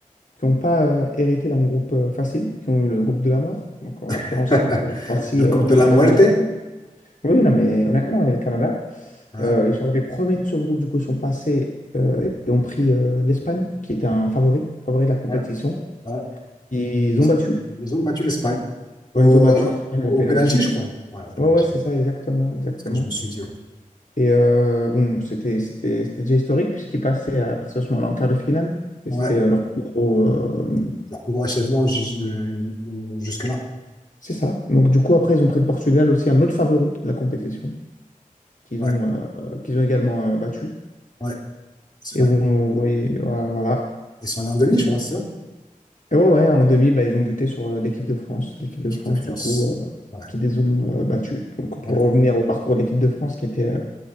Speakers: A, on the left; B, on the left.
A: qui n'ont pas euh, hérité d'un groupe euh, facile, qui ont eu le groupe de la mort, donc en l'occurrence
B: <laughs>
A: euh, la Croatie,
B: le groupe
A: euh,
B: de
A: la
B: la muerte.
A: Belgique. Oui, non, mais honnêtement, et le Canada,
B: Ouais,
A: euh, ils sont arrivés premiers de ce groupe, du coup, ils sont passés euh, et ont pris euh, l'Espagne, qui était un favori, favori de la compétition.
B: ouais, ouais.
A: Ils
B: Ils,
A: ont battu,
B: ils ont battu l'Espagne au,
A: Ouais, ils ont battu
B: euh,
A: l'Espagne
B: au,
A: au penalty.
B: au penalty, je crois. Ouais, au penalty.
A: Ouais, ouais, c'est
B: C'est
A: ça, exactement, exactement.
B: ce que je me suis dit. Ouais,
A: Et euh, bon, c'était c'était- c'était déjà historique, puisqu'ils passaient à partir de ce moment-là en quart de finale, et
B: Ouais,
A: c'était euh, leur plus gros. euh,
B: Oui. leur plus gros achèvement jus- euh, jusque-là.
A: C'est ça. Donc, du coup, après, ils ont pris le Portugal aussi, un autre favori de la compétition, qu'ils
B: Ouais,
A: ont, euh, qu'ils ont également euh, battu.
B: ouais, c'est
A: Et
B: vrai.
A: où on voyait, voilà. voilà.
B: Ils sont allés en demi, je crois, c'est ça?
A: Et ouais, ouais, en demi, bah, ils ont buté sur euh, l'équipe de France. L'équipe de
B: Équipe
A: France,
B: de France.
A: du coup, euh,
B: Ouais,
A: qui les ont euh, battus. Donc,
B: voilà.
A: pour revenir au parcours de l'équipe de France, qui était euh,